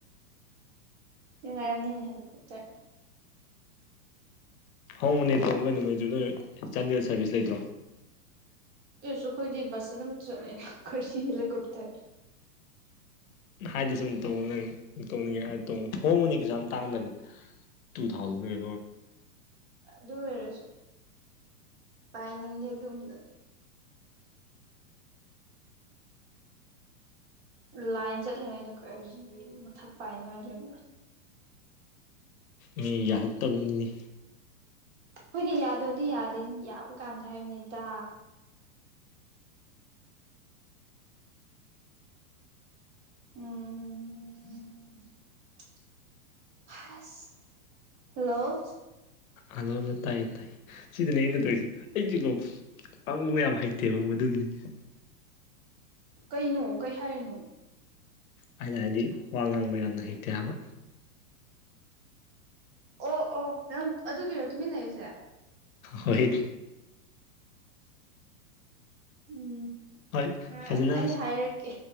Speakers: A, on the right; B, on the left.
A: ꯏ ꯉꯅꯤꯇꯦ
B: ꯍꯣꯡꯕꯅꯦ ꯐꯣꯡ ꯀꯩꯅꯣ ꯅꯣꯏꯁꯨ ꯅꯣꯏ ꯆꯥꯟꯗꯦꯜ ꯁꯥꯔꯚꯤꯁ ꯂꯩꯇ꯭ꯔꯣ
A: ꯁꯨꯈꯣꯏꯗꯤ ꯁꯅꯝ ꯆꯦ ꯀꯁꯤꯂ ꯀꯇꯦ
B: ꯍꯥꯏꯗꯤ ꯁꯨꯝ ꯇꯧ ꯇꯧꯅꯤꯡꯉꯦ ꯇꯣꯡ ꯍꯣꯡꯕꯅꯤ ꯀꯩꯁꯨ ꯌꯥꯝ ꯇꯥꯡꯗꯕꯅ ꯇꯨ ꯊꯥꯎꯖꯟ ꯀ
A: ꯑꯗꯨ ꯑꯣꯏꯔꯁꯨ ꯄꯥꯏꯅꯤꯡꯗꯦ ꯑꯗꯨꯝꯗ ꯂꯥꯏꯟ ꯆꯠꯂꯤꯉꯩꯗ ꯀꯔꯤ ꯃꯊꯛ ꯄꯥꯏꯅꯤꯉꯥꯏ ꯂꯩꯕꯥ
B: ꯃꯤ ꯌꯥꯔꯛ ꯇꯕꯗꯤ
A: ꯍꯣꯏꯅꯦ ꯌꯥꯗꯕꯗꯤ ꯌꯥꯗꯦ ꯌꯥꯕ ꯀꯥꯟꯗ ꯍꯥꯏꯕꯅꯦꯗ ꯎꯝ ꯍꯜꯂꯣ
B: ꯑꯜꯂꯣꯣ ꯇꯥꯏꯌꯦ ꯇꯥꯏꯌꯦ ꯁꯤꯗꯅꯦ ꯑꯩꯅ ꯇꯧꯔꯤꯁꯤ ꯑꯩꯁꯤꯀꯣ ꯑꯪꯕ ꯌꯥꯝ ꯍꯩꯇꯦ ꯃꯪꯕꯗꯨꯒꯤꯅꯤ <unintelligible>
A: ꯀꯩꯅꯣ ꯀꯩ ꯍꯥꯏꯔꯤꯅꯣ
B: ꯑꯩꯅ ꯍꯥꯏꯗꯤ ꯋꯥ ꯉꯥꯡꯕ ꯌꯥꯝꯅ ꯍꯩꯇꯦ ꯍꯥꯏꯕ
A: ꯑꯣ ꯑꯣ ꯅꯪ ꯑꯗꯨꯒꯤꯔꯣ ꯇꯨꯃꯤꯟꯅꯔꯤꯁꯦ
B: ꯍꯣꯏ
A: ꯎꯝ
B: ꯍꯣꯏ
A: ꯑ
B: ꯐꯖꯅ
A: ꯑꯩ ꯍꯥꯏꯔꯛꯀꯦ